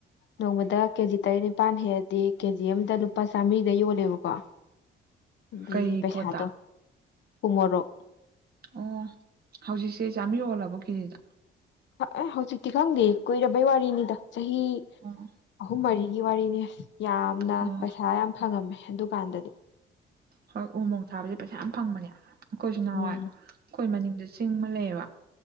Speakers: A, on the left; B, on the right.
A: ꯅꯣꯡꯃꯗ ꯀꯦꯖꯤ ꯇꯔꯦꯠ ꯅꯤꯄꯥꯜ ꯍꯦꯛ ꯗꯤ ꯀꯦꯖꯤ ꯑꯃꯗ ꯂꯨꯄꯥ ꯆꯥꯃꯔꯤꯗ ꯌꯣꯜꯂꯦꯕꯀꯣ ꯑꯗꯨꯗꯤ
B: ꯀꯩ
A: ꯄꯩꯁꯥꯗꯣ
B: ꯄꯣꯠꯇ
A: ꯎꯃꯣꯔꯣꯛ
B: ꯑꯣ ꯍꯧꯖꯤꯛꯁꯦ ꯆꯥꯝꯔꯤ ꯌꯣꯜꯂꯕꯣ ꯀꯦꯖꯤꯗ
A: ꯑ ꯍꯧꯖꯤꯛꯇꯤ ꯈꯪꯗꯦ ꯀꯨꯏꯔꯕꯩ ꯋꯥꯔꯤꯅꯤꯗ ꯆꯍꯤ
B: ꯑꯣ
A: ꯑꯍꯨꯝ ꯃꯔꯤ ꯑꯗꯨꯒꯤ ꯋꯥꯔꯤꯅꯤ ꯌꯥꯝꯅ
B: ꯑꯣ
A: ꯄꯩꯁꯥ ꯌꯥꯝ ꯐꯪꯉꯝꯃꯦ ꯑꯗꯨꯀꯥꯟꯗꯗꯤ
B: ꯍꯣꯏ ꯎ ꯃꯣꯔꯣꯛ ꯊꯥꯕꯁꯦ ꯄꯩꯁꯥ ꯌꯥꯝ ꯐꯪꯕꯅꯦ ꯑꯩꯈꯣꯏꯁꯨ ꯅꯍꯥꯟꯋꯥꯏ
A: ꯎꯝ
B: ꯑꯩꯈꯣꯏ ꯃꯅꯤꯡꯗꯁꯨ ꯆꯤꯡ ꯑꯃ ꯂꯩꯌꯦꯕ